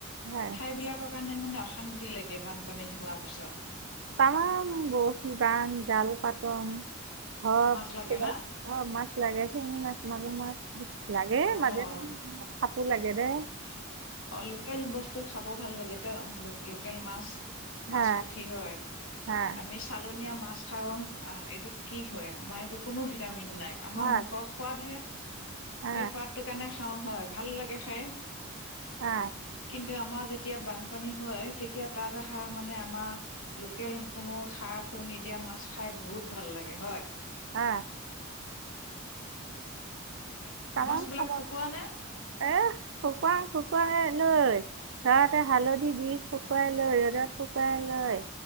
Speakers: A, on the right; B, on the left.
A: হয়।
B: এই ঠাইবিলাক ৰ কাৰণে মানে অশান্তি লাগে বানপানী যোৱাৰ পিছত।
A: তামাম বৰশী বাং জাল পাতোং ধৰক
B: মাছ লাগে না
A: অ' মাছ লাগে শিঙি মাছ মাগুৰ মাছ লাগে
B: অ',
A: মাজে মাজে কাপোৰ লাগে দে
B: অ' লোকেল বস্তু খাব ভাল লাগেতো লোকেল মাছ
A: হা
B: মাছ পুঠি হয়
A: হা
B: আমি চালনীয়া মাছ খাওঁ, এইটোত কি হয় আমাৰ এইটো কোনো ভিটামিন নাই আমাৰ
A: হা
B: মুখৰ সোৱাদহে
A: আ
B: সেই সোৱাদটো কাৰণে খাওঁ হয়, ভাল লাগে খায়।
A: আ
B: কিন্তু আমাৰ যেতিয়া বানপানী হয় তেতিয়া তাত অহা মানে আমাৰ লোকেল কোনো সাৰ সুৰ নিদিয়া খাই বহুত ভাল লাগে হয়।
A: আ তামাম
B: মাছ বিলাক
A: খাব
B: শুকোৱা
A: এ
B: নে
A: শুকুৱাই শুকুৱাই লৈ তাতে হালধি দি শুকুৱাই লৈ ৰ'দত শুকুৱাই লয়।